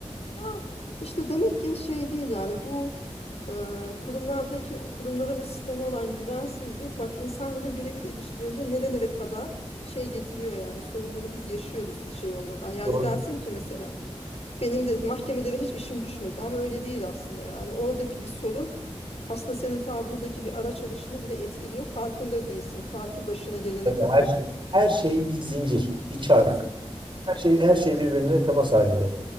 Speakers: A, on the left; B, on the right.
A: Ya işte demek ki şey değil yani bu e, kurumlardaki kurumlara ve sisteme olan güvensizlik bak insanların birebir ilişkilerinde nerelere kadar şey getiriyor yani sorunları biz yaşıyoruz şey olmadan. Yani
B: Doğru.
A: dersin ki mesela benim de mahkemelere hiç işim düşmedi ama öyle değil aslında yani. Oradaki bir sorun aslında senin ta buradaki bir araç alışını bile etkiliyor. Farkında değilsin ta ki başına gelene
B: Tabii
A: kadar.
B: her şey her şey bir zincir, bir çark.
A: Bizim.
B: Her şey her şey birbirine temas halinde.